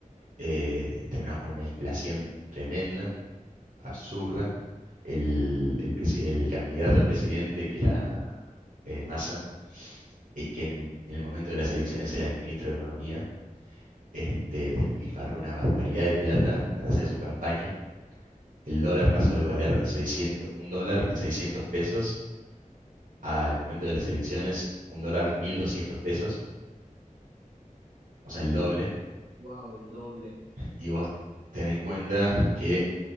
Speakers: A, on the right (about 70°); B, on the right (about 55°).
A: eh, terminamos con una inflación tremenda, absurda. El, el presi- el candidato a presidente, que era eh, Massa, eh, que en el momento de las elecciones era el ministro de Economía, este, despifarró una barbaridad de plata para hacer su campaña. El dólar pasó de valer 600, un dólar 600 pesos al momento de las elecciones, un dólar 1200 pesos, o sea, el doble.
B: Wow, el doble.
A: Y vos ten en cuenta que